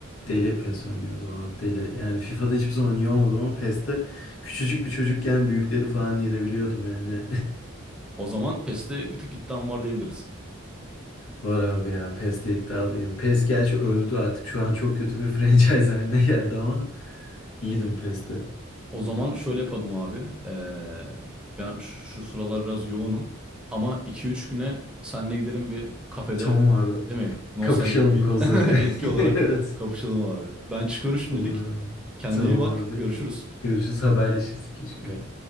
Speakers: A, on the left (about 80°); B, in the centre.
A: deli PES oynuyordum abi deli. Yani FIFA'da hiçbir zaman iyi olmadım ama PES'te küçücük bir çocukken büyükleri falan yenebiliyordum yani.
B: O zaman PES'te bir tık iddian var diyebiliriz.
A: Var abi ya PES'te iddialıyım. PES gerçi öldü artık. Şu an çok kötü bir <laughs> franchise haline geldi ama iyiydim PES'te.
B: O zaman şöyle yapalım abi. Ee, ben şu, şu sıralar biraz yoğunum. Ama iki üç güne seninle gidelim bir kafede.
A: Tamam abi.
B: Değil mi? Nostaljik
A: Kapışalım
B: bir
A: kozları.
B: <laughs> etki
A: <laughs>
B: olarak
A: Evet.
B: kapışalım abi. Ben çıkıyorum şimdilik.
A: Olur abi.
B: Kendine
A: Tamam
B: iyi bak.
A: abi.
B: Görüşürüz.
A: Görüşürüz. Haberleşiriz iki üç
B: Okey.
A: güne.